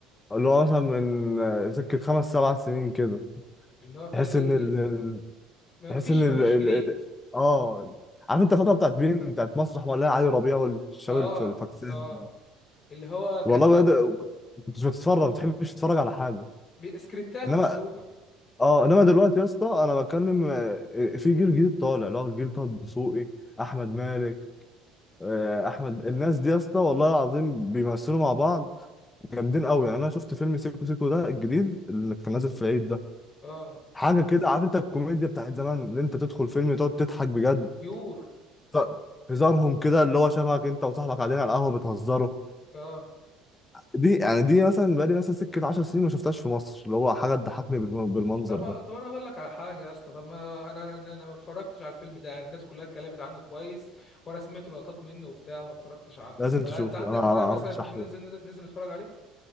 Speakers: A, on the left; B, on the left.
A: اللي هو مثلا من آه، سكه خمس سبع سنين كده
B: اللي هو ابتدت
A: تحس
B: تقل
A: ان ال... ال-
B: ما
A: تحس
B: فيش
A: ان ال...
B: ما فيش
A: ال...
B: جديد
A: ال- اه عارف انت الفتره بتاعت مين بتاعت مسرح ولا علي ربيع والشباب
B: اه
A: الف- الفكسان
B: اه اللي هو كان
A: والله
B: ك-
A: بجد كنت مش بتتفرج ما بتحبش تتفرج على حاجه
B: سكريبتات
A: انما
B: مكتوبه
A: اه انما دلوقتي يا اسطى انا بتكلم آه، آه، في جيل جديد طالع اللي هو جيل طه دسوقي احمد مالك آه، احمد الناس دي يا اسطى والله العظيم بيمثلوا مع بعض جامدين قوي يعني انا شفت فيلم سيكو سيكو ده الجديد اللي كان نازل في العيد ده
B: اه
A: حاجه كده عارف انت الكوميديا بتاعت زمان اللي انت تدخل فيلم تقعد تضحك بجد
B: بيور
A: ط- هزارهم كده اللي هو شبهك انت وصاحبك قاعدين على القهوه بتهزروا
B: اه
A: دي يعني دي مثلا بقالي مثلا سكه 10 سنين ما شفتهاش في مصر اللي هو حاجه تضحكني بالم- بالمنظر
B: طب
A: ده
B: طب انا هقول لك على حاجه يا اسطى طب ما انا انا أنا ما اتفرجتش على الفيلم ده يعني الناس كلها اتكلمت عنه كويس وانا سمعت لقطات منه وبتاع وما اتفرجتش عنه
A: لازم
B: فانت
A: تشوفه
B: عندك
A: انا انا
B: مانع مثلا
A: ارشحه
B: إن ممكن ننزل ننزل نتفرج عليه